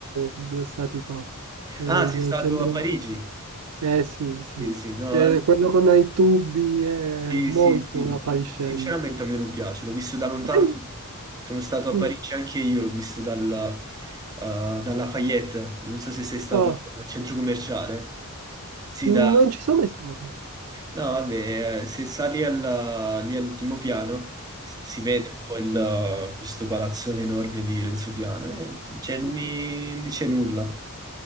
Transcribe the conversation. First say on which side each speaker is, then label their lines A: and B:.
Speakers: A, on the right; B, on the right.
A: eh, due stati fa, che è
B: Ah,
A: il
B: sei stato
A: centro...
B: a Parigi?
A: Eh sì, sì,
B: Sì,
A: sì.
B: sì, no,
A: Che è quello con i tubi è
B: Sì,
A: molto
B: sì, sì.
A: appariscente.
B: Sinceramente a me non piace, l'ho visto da lontano,
A: Dai.
B: sono, sono stato a
A: Mm.
B: Parigi anche io, l'ho visto dalla, eh, dalla Lafayette, non so se sei stato
A: Ah,
B: al centro commerciale. Sì,
A: n-
B: da...
A: non ci sono mai stato.
B: No, vabbè, eh, se sali alla- lì all'ultimo piano si, si vede un po' il, questo palazzone enorme di Renzo Piano, e cioè, non
A: Mhm.
B: mi dice nulla.